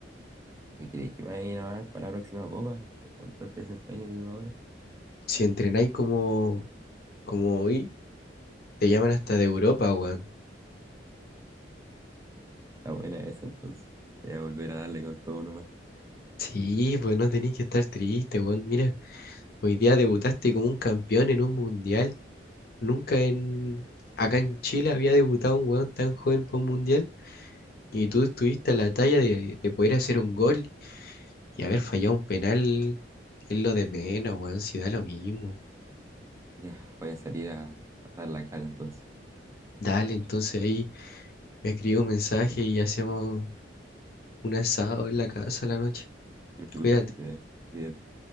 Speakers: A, on the right; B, on the left.
A: ¿Me creéis que me vayan a llamar para la próxima copa? Con todo este desempeño que tuve ahora.
B: Si entrenáis como, como hoy, te llaman hasta de Europa, weón.
A: Está buena esa, entonces. Voy a volver a darle con todo nomás.
B: Sí, pues no tenéis que estar triste, weón. Mira Hoy día debutaste como un campeón en un mundial. Nunca en acá en Chile había debutado un weón tan joven para un mundial. Y tú estuviste a la talla de, de poder hacer un gol y haber fallado un penal es lo de menos, weón, si da lo mismo.
A: Ya, voy a salir a, a dar la cara, entonces.
B: Dale, entonces ahí me escribe un mensaje y hacemos un asado en la casa a la noche.
A: <laughs>
B: Cuídate.
A: Ya, cuídate.